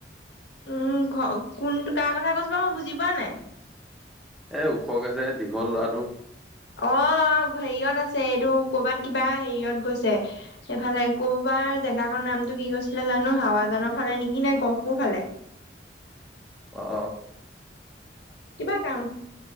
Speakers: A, on the left; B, in the centre.
A: উম ঘ কোন কাৰ কথা কৈছো মই বুজি পোৱা নাই?
B: এ ওখকে যে দীঘল লৰাটো
A: অ' হেৰিয়ত আছে এইটো কৰবাত কিবা হেৰিয়ত গৈছে এইফালে কৰবাৰ জেগাকৰ নামটো কি কৈছিলে জানো হাৱাজানৰ ফালে নেকি নাই গহপুৰ ফালে।
B: অহ
A: কিবা কাম